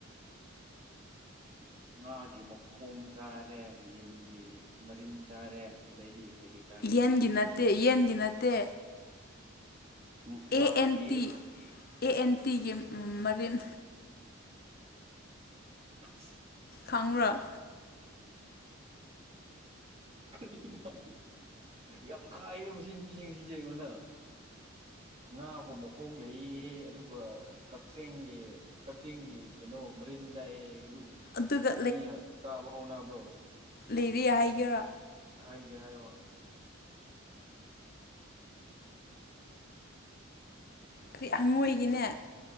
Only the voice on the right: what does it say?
<inaudible> ꯉꯥꯒꯤ ꯃꯈꯣꯡ ꯆꯥꯔꯦ ꯌꯦꯟꯒꯤ ꯃꯔꯤꯟ ꯆꯥꯔꯦ ꯑꯗꯩꯗꯤ ꯀꯩ ꯀꯩ ꯆꯥꯒꯦ
ꯎꯝ ꯉꯥꯒꯤ
ꯑꯁ
ꯀꯔꯤꯅ‌ꯣ <unintelligible> ꯌꯥꯝ ꯈꯥꯏꯔꯦ ꯃꯁꯤ ꯅꯨꯄꯤꯖꯦ ꯉꯁꯤꯁꯦ ꯑꯩꯉꯣꯟꯗ ꯉꯥꯕꯨ ꯃꯈꯣꯡ ꯂꯩꯌꯦ ꯑꯗꯨꯒ ꯀꯛꯆ‌ꯦꯡꯒꯤ ꯀꯛꯆꯦꯡꯒꯤ ꯀꯩꯅꯣ ꯃꯔꯤꯟ ꯆꯥꯏ ꯑꯗꯨ
ꯃꯤ ꯆꯥꯕ ꯍꯧꯅꯕ꯭ꯔꯣ
ꯍꯥꯏꯒꯦ ꯍꯥꯏ ꯋꯥ